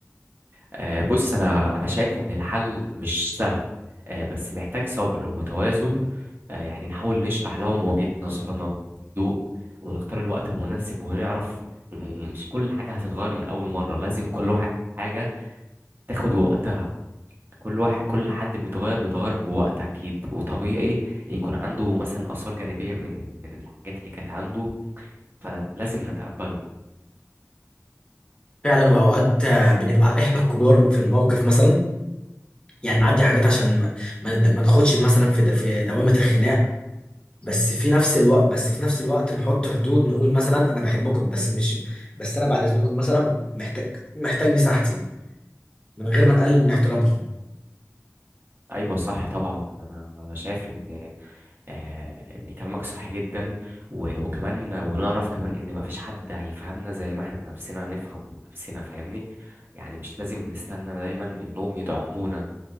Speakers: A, on the right (about 40°); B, on the left (about 20°).
A: آه، بص انا انا شايف ان الحل مش سهل آه، بس محتاج صبر وتوازن آه، يعني نحاول نشرح لهم وجهة نظرنا بهدوء ونختار الوقت المناسب ونعرف ان مش كل حاجة هتتغير من اول مرة لازم كل واحد حاجة تاخد وقتها كل واحد كل حد بيتغير بيتغير بوقت اكيد وطبيعي يكون عنده مثلا اثار جانبية من من الحاجات اللي كانت عنده فلازم نتقبله
B: فعلا واوقات آه، بنبقى احنا الكبار في الموقف مثلا يعني نعدي حاجات عشان ما ما ند- ما نخدش مثلا في د- في دوامة الخناق بس في نفس الوقت بس في نفس الوقت نحط حدود نقول مثلا انا بحبكم بس مش بس انا بعد اذنكم مثلا محتاج محتاج مساحتي من غير ما نقلل من احترامهم
A: ايوه صح طبعا انا أنا شايف ان آه، ان كلامك صح جدا و- وكمان ونعرف كمان ان مفيش حد هيفهمنا زي ما احنا نفسنا نفهم نفسنا فاهمني يعني مش لازم نستنى دايما انهم يدعمونا